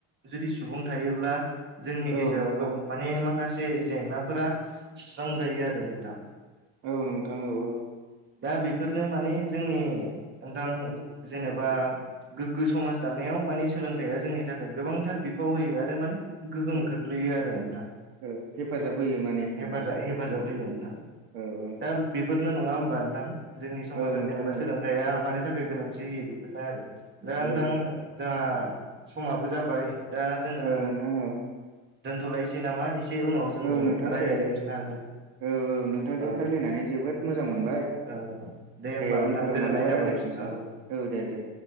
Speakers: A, on the right; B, on the right.
A: जुदि सुबुं थायोब्ला जोंनि
B: औ
A: गेजेराव
B: नोंथां
A: गोबां माने माखासे जेंनाफोरा सुस्रांजायो आरो नोंथां
B: औ नोंथां औ औ
A: दा बेफोरनो माने जोंनि नोंथां जेनेबा गोग्गो समाज दानायाव माने सोलोंथाया जोंनि थाखाय गोबांथार बिफाव होयो आरो माने गोहोम
B: औ
A: खोख्लैयोआरो नोंथां
B: औ हेफाजाब होयो माने नोंथां
A: हेफाजा हेफाजाब होयो नोंथां
B: औ औ
A: थां बेफोरनो' नङा होनबा नोंथां जोंनि समाव
B: औ नोंथां
A: जेनेबा
B: औ
A: सोंलों था मानि थाखाय गोनांथि होयो बेफोरनो आरो दा नोंथां
B: औ
A: जाहा समाबो जाबाय दा जोङो
B: औ नोंथां औ
A: दोनथ'लायसै नामा एसे उनाव जोङो
B: औ नोंथां
A: रायज्लायलायफिननो
B: दे
A: हागोन
B: औ औ नोंथांजों
A: औ
B: रायज्लायनानै जोबोद मोजां मोनबाय
A: औ होमबा
B: दे
A: नोंथां
B: उनफोराव
A: गोजोननाय
B: मालाबा
A: थाबाय
B: रायलायफिननोसै
A: औ
B: औ दे दे